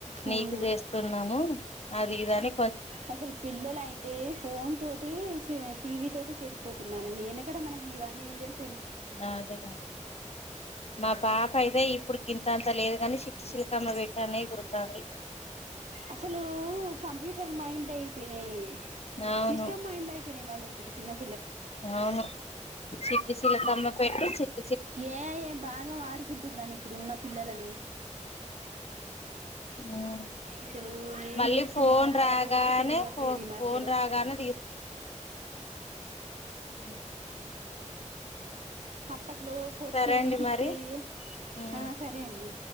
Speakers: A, on the left (about 55°); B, on the right (about 65°).
A: నీకు
B: ఉమ్
A: చేస్తున్నాము అది ఇది అని
B: అసల్ పిల్లల అయితే ఫోన్ తోటి సే టీవీ తోటి చెడిపోతున్నానీ నేను ఏక్కడ మనకి ఇవన్నీ ఏం దెల్
A: ఆ అదేదండీ మా పాప అయితే ఇప్పుడు గింతంత లేదు గానీ చి శీలకమ్మ పేటనే ఎగురుతాది
B: అసలు కంప్యూటర్ మైండ్ల్ అయిపెనాయ్
A: అవును
B: సిస్టమ్ మైండ్ల్ అయిపేనాయ్ వాళ్ళయి ద్ ఫిన్నం
A: అవును చి పీస్ చిలకమ్మ పెట్టి చి
B: ఏ ఐ బాగా వాడుకుంటున్నాను ఇప్పుడున్నప్ పిల్లలని
A: అవును
B: అసలు ఏం
A: మళ్ళీ
B: జేస్తే
A: ఫోన్
B: మారుదారో
A: రాగానే
B: కూడా తెలియట్లేదు
A: ఫో
B: ఈ మధ్యలో
A: ఫోన్ రాగానే ఉ
B: అప్పట్లో కొట్టేది
A: సరే అండి
B: తిట్టేది
A: మరి ఉమ్
B: ఆ సరే అండి